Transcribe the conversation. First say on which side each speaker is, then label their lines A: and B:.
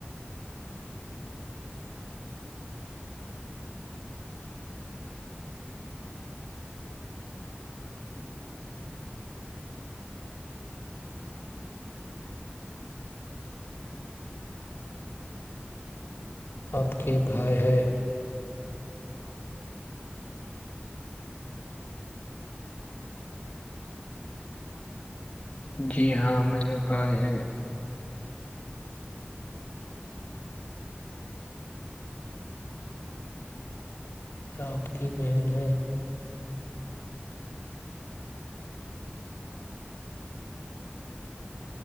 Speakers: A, on the left; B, on the left.
A: آپ کے بھائی ہے
B: جی ہاں میرے بھائی ہے
A: آپ کی بہن ہے